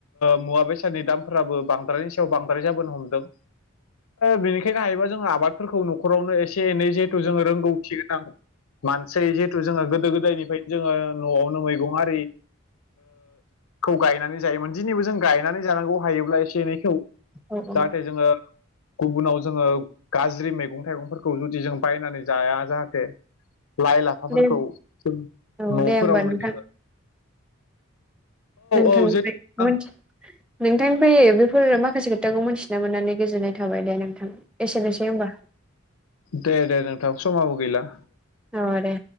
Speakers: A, on the left; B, in the centre.
A: मुवा बेसादनि दामफोराबो बांद्रायानि सायाव बांद्राय जाबोनो हमदों बेनिखायनो हायोबा जोंङो आबादफोरखौ न'खरावनो एसे एनै जिहेथु जोंङो रोंगौथि मानसि जिहेथु जोंङो गोदो गोदायनिफ्रायनो जोंङो न'आवनो मैगं आरि खौ गायनानै जायोमोन दिनैबो जों गायनानै जानांगौ हायोब्ला एसे एनैखौ
B: औ औ
A: जाथे जोंङो गुबुनाव जोंङो गाज्रि मैगं थाइगंफोरखौ जुदि जों बायनानै जाया लाइ लाफाफोरखौ
B: दे
A: जों
B: औ
A: न'फोरावनो
B: दे होमबा नोंथां
A: जोंङो
B: नोंथांनिफ्राय
A: औ जेथु
B: <unintelligible> नोंथांनिफ्राय बेफोर माखासे खोथाखौ मिथिना मोननानै गोजोननाय थाबाय दे नोंथां एसेनोसै ओमबा
A: दे दे नोंथां समाबो गैला
B: औ दे